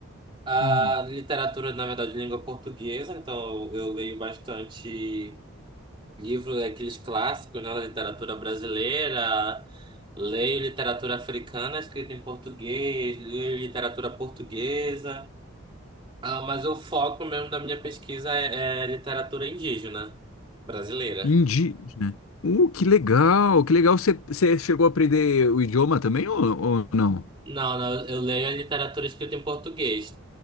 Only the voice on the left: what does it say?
Hum.
Indígena. Uh, que legal, que legal. Você, você chegou a aprender o idioma também ou, ou não?